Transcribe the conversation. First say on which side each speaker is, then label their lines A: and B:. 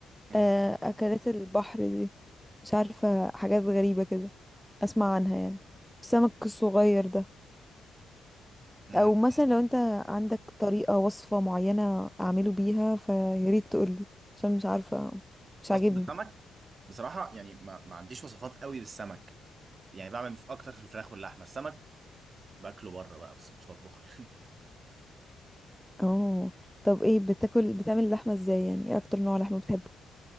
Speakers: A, on the right; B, in the centre.
A: امم
B: آه، اكلات البحر دي مش عارفة حاجات غريبة كده اسمع عنها يعني السمك الصغير ده
A: امم
B: او مثلا
A: <laughs>
B: لو انت عندك طريقة وصفة معينة اعمله بيها فياريت تقولي عشان مش عارفة مش
A: وصفة
B: عاجبني
A: السمك بصراحة يعني ما... ما عنديش وصفات قوي للسمك يعني بعمل في اكتر في الفراخ واللحمة السمك باكله بره بقى بس مش بطبخه <laughs> يعني
B: اه طب ايه بتاكل بتعمل اللحمة ازاي يعني ايه اكتر نوع لحمة بتحبه